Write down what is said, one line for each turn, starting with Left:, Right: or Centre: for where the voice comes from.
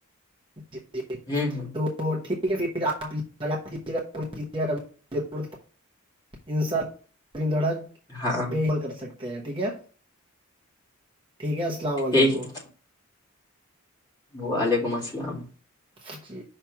Right: ج جی
Left: ہ
Right: تو تو ٹھیک ہے پھر آپ لگا دیجیے گا کیجیے گا ضرورت پڑ انسانن دھڑک
Left: ہاں
Right: بل کر سکتے ہیں ٹھیک ہے ٹھیک ہے السلام
Left: ٹھیک
Right: علیکم
Left: ہے وعلیکم السلام
Right: ا جی